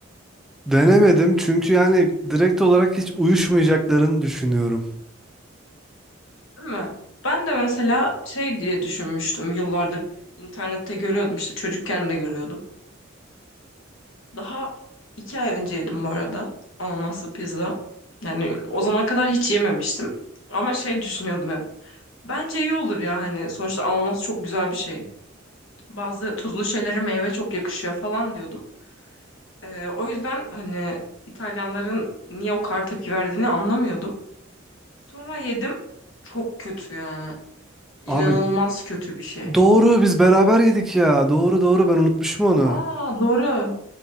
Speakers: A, in the centre; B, on the left.
A: denemedim çünkü yani direkt olarak hiç uyuşmayacaklarını düşünüyorum.
B: Değil mi? Ben de mesela şey diye düşünmüştüm yıllardır internette görüyordum işte çocukken de görüyordum. Daha iki ay önce yedim bu arada ananaslı pizza. Yani o zamana kadar hiç yememiştim. Ama şey düşünüyordum hep. Bence iyi olur ya hani sonuçta ananas çok güzel bir şey. Bazı tuzlu şeylere meyve çok yakışıyor falan diyordum. Ee, o yüzden hani İtalyanların niye o kadar tepki verdiğini anlamıyordum. Sonra yedim. Çok kötü yani. İnanılmaz
A: Abi
B: kötü bir şey.
A: doğru biz beraber yedik ya. Doğru doğru ben unutmuşum onu.
B: Aa doğru.